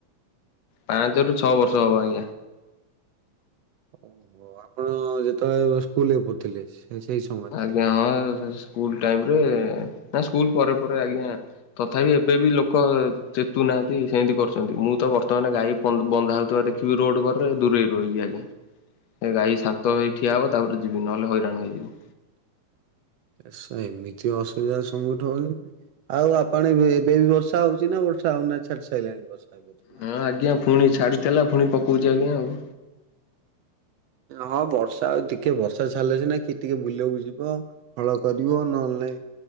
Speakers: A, on the left; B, on the right.
A: ପାଞ୍ଚରୁ ଛଅ ବର୍ଷ ହବ ଆଜ୍ଞା।
B: ଓହୋ ଆପଣ ଯେତେବେଳେ ସ୍କୁଲ ପଢ଼ୁଥିଲେ ସେଇ ସ
A: ଆଜ୍ଞା ହଁ ସେ ସ୍କୁଲ ଟାଇମରେ ନା ସ୍କୁଲ ପରେ ପରେ ଆଜ୍ଞା। ତଥାପି ଏବେ ବି ଲୋକ ଚେତୁନାହାନ୍ତି ସେମିତି କରୁଛନ୍ତି ମୁଁ ତ ବର୍ତ୍ତମାନ ଗାଈ ବନ୍ ବନ୍ଧା ହଉଥିବା ଦେଖିବି ରୋଡ ଘରେ ଦୂରେଇ ରହିବି ଆଜ୍ଞା। ଏ ଗାଈ ଶାନ୍ତ ହେଇ ଠିଆ ହବ ତାପରେ ଯିବି ନହେଲେ ହଇରାଣ ହେଇଯିବୁ।
B: ସ ଏମିତି ଅସୁବିଧା ସମ୍ମୁଖଠୀନ ହଉନ। ଆଉ ଆପଣ ଏବେ ବି ବର୍ଷା ହଉଛି ନା ବର୍ଷା ହଉନାଇ ଛାଡ଼ି ସାରିଲାଣି ବର୍ଷା ଏବେ।
A: ହଁ
B: ଆଡେ?
A: ଆଜ୍ଞା ଫୁଣି ଛାଡିଥିଲା ଫୁଣି ପକଉଛି ଆଜ୍ଞା ଆଉ।
B: ହଁ ବର୍ଷା ଆଉ ତିକେ ବର୍ଷା ଛାଡ଼ିଲେ ନା କିଏ ଟିକେ ବିଲ କୁ ଯିବ। ହଳ କରିବ ନହେଲେ ନାଇ